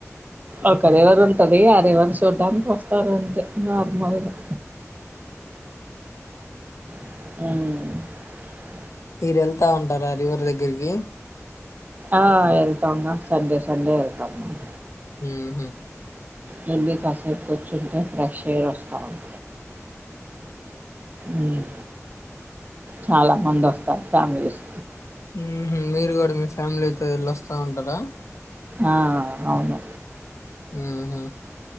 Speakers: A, on the right (about 30°); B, on the left (about 65°).
A: ఒక
B: మ్మ్.
A: రివర్ ఉంటది ఆ రివర్ చూడడానికి వస్తారు అంతే నార్మల్ గా ఉమ్
B: మీరు వెళ్తా ఉంటారా రివర్ దగ్గరికి
A: ఆ వెళ్తాంగా సండే సండే వెళ్తాం మేము
B: ఉహూ
A: వెళ్ళి కాసేపు కూర్చుంటే ఫ్రెష్ ఎయిర్ వస్తాది ఉమ్ చాలా మంది వస్తారు ఫ్యామిలీస్
B: ఉహూ మీరు కూడా మీ ఫ్యామిలీతో వెళ్ళొస్తా ఉంటారా
A: ఆ అవును
B: ఉహూ